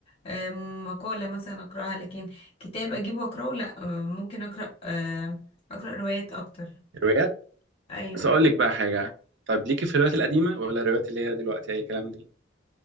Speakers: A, on the left (about 30°); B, on the right (about 65°).
A: أم، مقالة مثلا أقرأها لكن كتاب أجيبه وأقرأه لأ أم، ممكن أقرأ أم، أقرأ روايات أكتر
B: الروايات
A: أيوة
B: بس اقول لك بقى حاجه طب ليكي في الروايات القديمه ولا الروايات اللي هي دلوقتي اي كلام دي